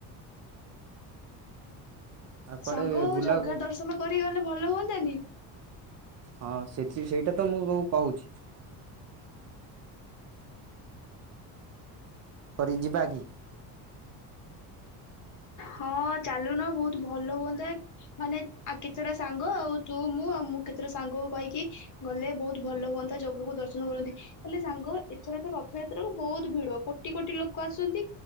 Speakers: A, on the right; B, on the left.
A: ଆଉ କୁଆଡ଼େ
B: ସାଙ୍ଗ ଆଉ
A: ବୁଲା
B: ଜଗା
A: ହଁ
B: ଦର୍ଶନ କରିଗଲେ ଭଲ ହୁଅନ୍ନ୍ତାନି।
A: ହଁ ସେ ସେ-ସେଇଟା ତ ମୁଁ କହୁଛି। କରି ଯିବା କି?
B: ହଁ ଚାଲୁନ ବହୁତ ଭଲ ହୁଅନ୍ତା ମାନେ ଆ କେତେଟା ସାଙ୍ଗ ଆଉ ତୁ ମୁଁ, ଆଉ ମୁଁ କେତେଟା ସାଙ୍ଗକୁ କହିକି ଗଲେ ବହୁତ ଭଲ ହୁଅନ୍ତା ଜଗାକୁ ଦର୍ଶନ କରନ୍ତି, ହେଲେ ସାଙ୍ଗ ଏଥର ତ ରଥଯାତ୍ରାକୁ ବହୁତ ଭିଡ କୋଟି କୋଟି ଲୋକ ଆସନ୍ତି,